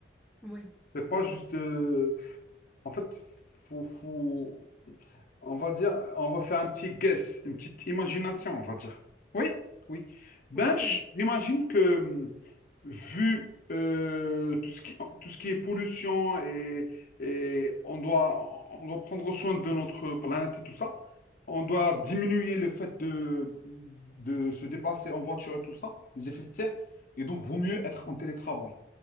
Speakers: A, in the centre; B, on the left.
A: Oui.
B: C'est pas juste... euh, En fait, faut, faut- On va dire, on va faire un petit guess, une petite imagination, on va dire. Oui, oui. Ben,
A: Oui,
B: j-
A: vas-y.
B: j'imagine que, hum, vu euh, tout ce qui, tout ce qui est pollution et, et on doit, on doit prendre soin de notre planète et tout ça, on doit diminuer le fait de, de se déplacer en voiture et tout ça, les effets de serre, et donc vaut mieux être en télétravail.